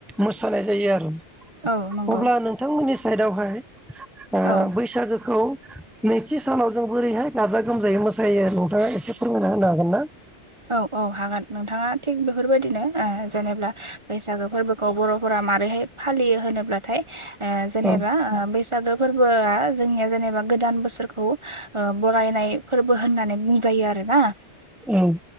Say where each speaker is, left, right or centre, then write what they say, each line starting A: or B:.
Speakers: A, in the centre; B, on the right.
A: मोसानाय जायो आरो
B: औ नंगौ
A: अब्ला नोंथांमोननि साइडआवहाय ओ
B: औ
A: बैसागोखौ नैथि सान सानाव जों बोरैहाय गाजा गोमजायै मोसायो नोंथाङा एसे फोरमायना होनो हागोन ना?
B: औ औ हागोन नोंथाङा थिग बेफोरबायदिनो जेनेब्ला बैसागो फोरबोखौ बर'फोरा मारैहाय फालियो होनोब्लाथाय ओ जेनेबा
A: औ
B: ओ बैसागो फोर फोरबोआ जोंनिया जेनेबा गोदान बोसोरखौ ओ बरायनाय फोरबो होननानै बुंजायो आरोना।
A: औ।